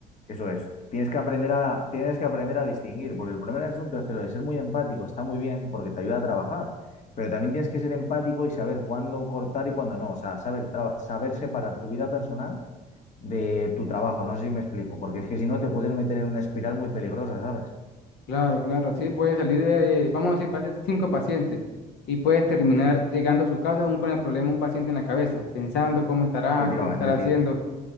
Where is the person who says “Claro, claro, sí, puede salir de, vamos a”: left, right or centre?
Left